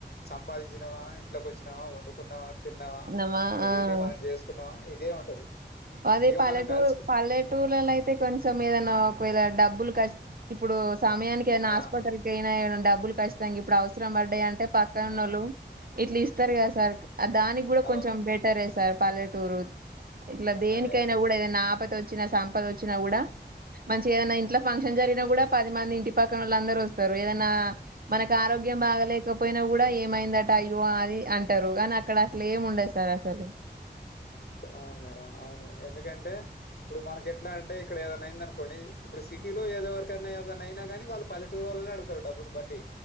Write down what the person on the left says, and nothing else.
సంపాదించినావా ఇంట్లోకి వచ్చినావా వండుకున్నావా తిన్నావా
మన
డ్యూటీ మనం చేసుకున్నావా ఇదే ఉంటది
ఇగ
మనం కలుసుకు
ఆ!
ఆ!
అవును.
అదే అదే అదే.
అ అవును మేడం అవును ఎందుకంటే ఇప్పుడు మనకి ఎట్లా అంటే ఇక్కడ ఏదైనా అయింది అనుకోండి ఇప్పుడు సిటీలో ఎద ఎవరికన్నా అద అయినానీ వాళ్ళు పలటూరుళ్లనే అడుగుతారుడబ్లుల